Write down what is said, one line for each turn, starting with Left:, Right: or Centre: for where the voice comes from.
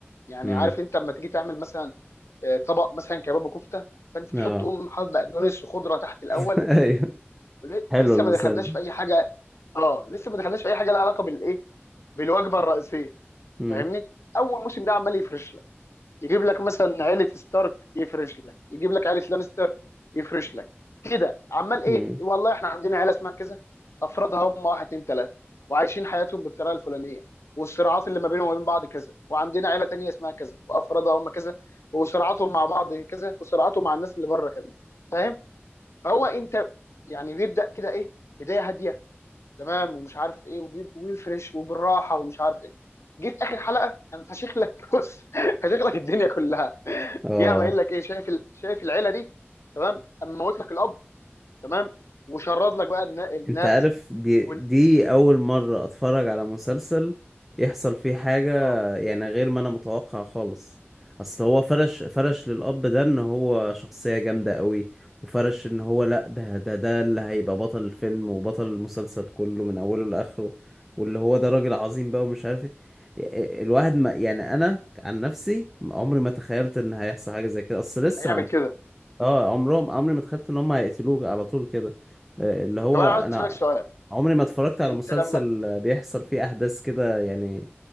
Left: يعني
Centre: امم
Left: عارف انت لما تيجي تعمل مثلا آه، طبق مثلا كباب وكفته فانت تحط
Centre: اه
Left: تقوم حاطط بقدونس وخضره تحت الاول
Centre: <laughs> ايوه
Left: ول-
Centre: حلو
Left: لسه
Centre: المثال
Left: ما دخلناش
Centre: ده
Left: في اي حاجه اه لسه ما دخلناش في اي حاجه لها علاقه بالايه بالوجبه الرئيسيه
Centre: امم
Left: فاهمني اول موسم ده عمال يفرش يجيب لك مثلا عيله ستارك يفرش لك يجيب لك عيله لانستر يفرش لك كده عمال ايه
Centre: امم
Left: والله احنا عندنا عيله اسمها كذا افرادها هم واحد اتنين تلاته وعايشين حياتهم بالطريقه الفلانيه والصراعات اللي ما بينهم وما بين بعض كذا وعندنا عيله تانيه اسمها كذا وافرادها هم كذا وصراعاتهم مع بعض كذا وصراعاتهم مع الناس اللي بره كذا فاهم فهو انت يعني بيبدا كده ايه بدايه هاديه تمام ومش عارف ايه وبيب- وبيفرش وبالراحه ومش عارف ايه جيت اخر حلقه انا فشخ لك <laughs> بص فشخ لك الدنيا كلها
Centre: اه
Left: جه عم قايل لك ايه شايف ال... شايف العيله دي تمام اما موت لك الاب تمام وشرد لك بقى النا- الناس
Centre: انت عارف دي
Left: وال...
Centre: دي اول مرة اتفرج على مسلسل يحصل فيه حاجة
Left: اه
Centre: يعني غير ما انا متوقع خالص اصل هو فرش فرش للاب ده ان هو شخصية جامدة قوي وفرش ان هو لا ده ده ده اللي هيبقى بطل الفيلم وبطل المسلسل كله من اوله لاخره واللي هو ده راجل عظيم بقى ومش عارف ايه الواحد ما يعني انا عن نفسي عمري ما تخيلت ان هيحصل حاجة زي كده اصل لسه
Left: هيعمل
Centre: ما
Left: كده
Centre: اه عمرهم عمري ما تخيلت ان هم هيقتلوك على طول كده آه، اللي هو
Left: طب انا
Centre: انا
Left: عايز اسالك سؤال
Centre: عمري ما اتفرجت على
Left: انت
Centre: مسلسل
Left: لما
Centre: آه، بيحصل فيه احداث كده يعني